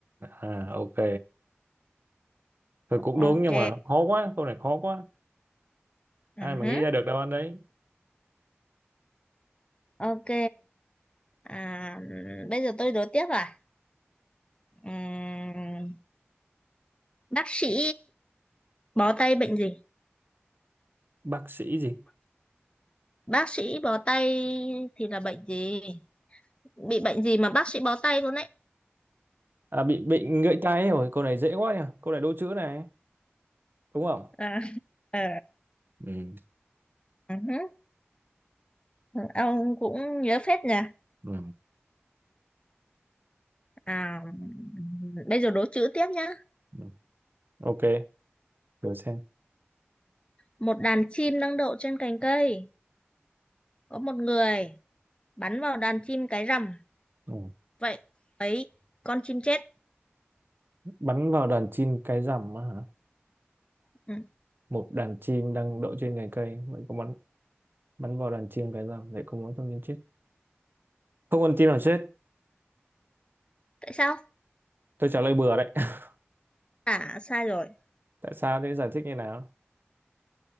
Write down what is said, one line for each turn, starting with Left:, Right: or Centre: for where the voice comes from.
Right: à ok thôi cũng
Left: ok
Right: đúng nhưng mà nó khó quá câu này khó quá
Left: ừ
Right: ai mà
Left: hứ,
Right: nghĩ ra được đáp án đấy
Left: ok à, bây giờ tôi đố tiếp à Ừm, bác sĩ bó tay bệnh gì
Right: bác sĩ gì
Left: bác sĩ bó tay thì là bệnh gì bị bệnh gì mà bác sĩ bó tay luôn đấy
Right: à bị bệnh gãy tay rồi câu này dễ quá nhỉ câu này đố chữ này đúng không
Left: à, ờ,
Right: Ừ.
Left: ừ hứ, Ừ, ông cũng nhớ phết nhỉ
Right: Ừ.
Left: à, bây giờ đố chữ tiếp nhá
Right: ừ. Ok, thử xem.
Left: một đàn chim đang đậu trên cành cây có một người bắn vào đàn chim cái rằm
Right: Ừ.
Left: vậy ấy con chim chết
Right: Bắn vào đàn chim cái rằm á hả?
Left: ừ.
Right: Một đàn chim đang đậu trên cành cây, vậy có bắn bắn vào đàn chim cái rằm, vậy có muốn không nhân chết? Không con chim nào chết.
Left: tại sao
Right: Tôi trả lời bừa đấy. <laughs>
Left: à sai rồi
Right: Tại sao thế giải thích như nào?